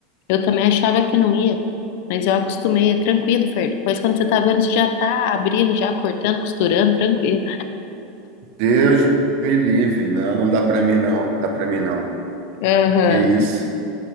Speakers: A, on the left; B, on the right.
A: Eu também achava que não ia, mas eu acostumei, é tranquilo, Fer. Depois, quando você tá vendo, você já tá abrindo, já cortando, costurando, tranquilo.
B: Deus me livre, não, não dá para mim não, dá para mim não.
A: Aham.
B: Que isso?